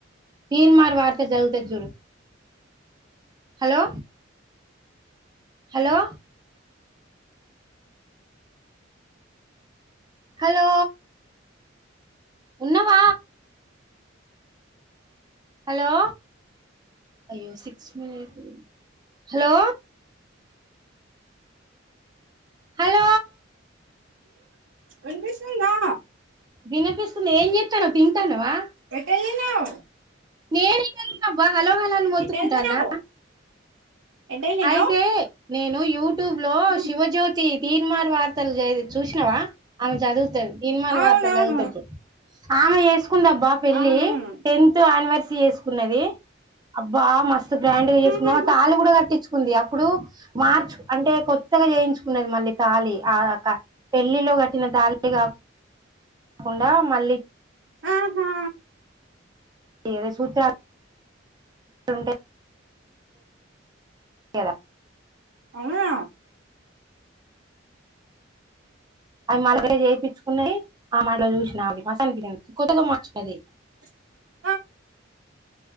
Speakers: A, on the right (about 20°); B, on the right (about 65°).
A: తీన్మార్ వార్తలూ చదువుతాది చూడు హలో హలో హలో ఉన్నవా హలో అయ్యో సిక్స్ మినిటే ఉంది హలో హలో
B: విన్పిస్తుందా
A: విన్పిస్తుంది ఏం చెతానో తింటన్నావా
B: ఎట్టేళ్ళినవ్
A: నేను ఇక్కడే ఉన్నబ్బా హలోహలాన్ని మొత్తుకుంటానా
B: ఎటెళ్తున్నావ్ ఎటెళ్ళినావ్
A: అయితే నేను యూట్యూబ్లో
B: ఉమ్
A: శివజ్యోతి తీన్మార్ వార్తలు చూసినావా ఆమె చదువుతది తిన్మార్
B: అవునవును
A: వార్తలు చదువుతుది ఆమె చెస్కుందబ్బా పెళ్లి
B: అవునవును
A: టెన్త్ అనివెర్స్సరీ చెస్ న్నది అబ్బా మస్తు గ్రాండ్గా చేసుకున్నా
B: ఉహు
A: తాళి కూడా కట్టించుకుంది అప్పుడు మార్చు అంటే కొత్తగా చేయించుకున్నది మళ్ళీ తాాలి ఆ పెళ్లిలో కట్టిన తాళే కా కాకుండా మళ్ళీ
B: ఆహా
A: ఏ సూత్ర ఉంటే కేర
B: అవునా
A: అవి మళ్ళే చేపిచ్కున్నాయి అమట్ల చూస్ననాది మా అనిపించంది కొత్తగా మచుకూనది
B: <unintelligible>